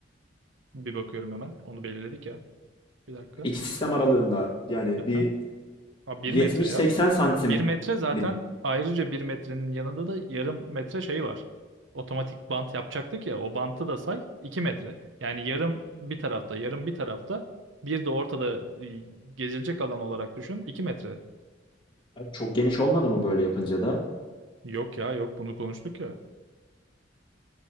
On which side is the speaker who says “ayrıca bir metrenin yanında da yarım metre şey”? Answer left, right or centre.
Right